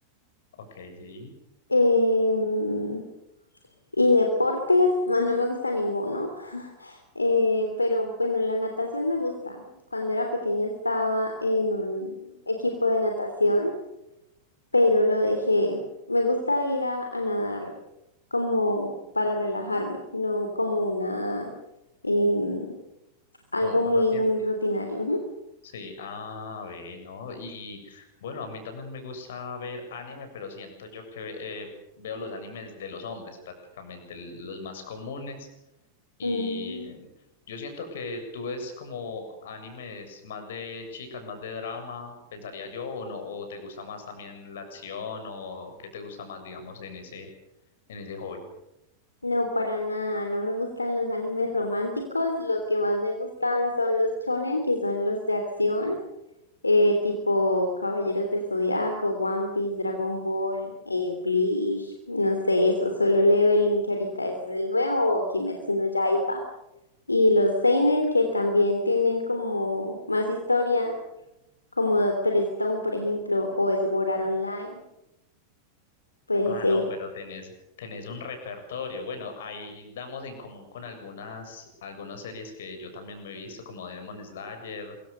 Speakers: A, on the left; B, on the left.
A: Ok, sí,
B: Em, y deportes, ma, no me gusta ninguno. Eh, pero bueno, la natación me gusta. Cuando era pequeña estaba en un equipo de natación, pero lo dejé. Me gusta ir a, a nadar como para relajarme, no como una em, algo
A: como un pasatiempo.
B: muy muy rutinario. Ujú.
A: Sí, ah, ve, ¿no? Y bueno, a mí también me gusta ver anime, pero siento yo que eh, veo los animes de los hombres prácticamente, l- los más comunes. Y
B: Mm,
A: yo siento que tú ves como animes más de chicas, más de drama, pensaría yo, o no, o te gusta más también la acción, o qué te gusta más, digamos, en ese, en ese hobby.
B: No, para nada, no me gustan los animes románticos, los que más me gustan son los shonen, que son los de acción, eh, tipo Caballeros del Zodiaco, One Piece, Dragon Ball, eh, Bleach, no sé, eso, Solo Leveling, que ahorita es el nuevo, Kimetsu no Yaiba, y los Seinen, que también tienen como más historia, como Doctor Stone, por ejemplo, o Sword Art Online, puede
A: Ah,
B: ser.
A: no, pero tenés, tenés un repertorio. Bueno, ahí damos en común con algunas, algunas series que yo también me he visto, como Demon Slayer,